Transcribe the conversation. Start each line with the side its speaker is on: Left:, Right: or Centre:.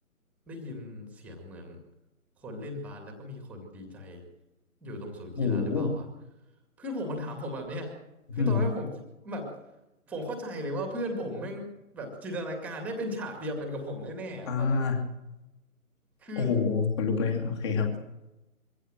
Centre: ได้ยินเสียงเหมือนคนเล่นบาสแล้วก็มีคนดีใจอยู่ตรงศูนย์กีฬาหรือเปล่าวะ
Left: โห
Centre: เพื่อนผมมันถามผมแบบเนี้ยคือตอนนั้นผมแบบ
Left: อือหือ
Centre: ผมเข้าใจเลยว่าเพื่อนผมแม่งแบบจินตนาการได้เป็นฉากเดียวกันกับผมแน่ๆอะตอนนั้นอ่ะ
Left: อ่า
Centre: คือ
Left: โอ้โหขนลุกเลย โอเคครับ